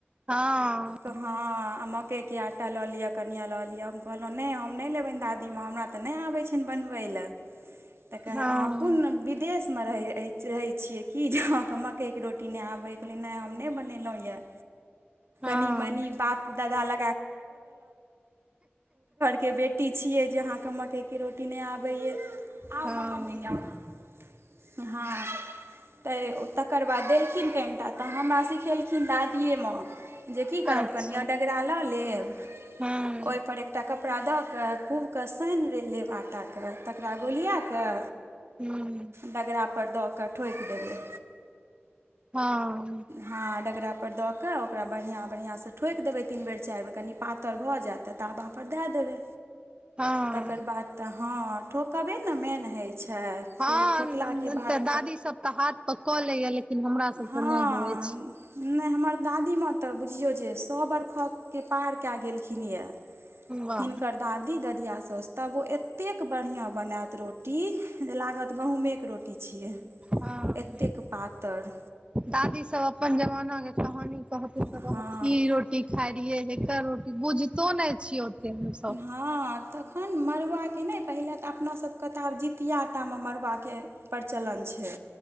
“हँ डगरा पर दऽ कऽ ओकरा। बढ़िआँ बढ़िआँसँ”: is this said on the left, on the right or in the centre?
Right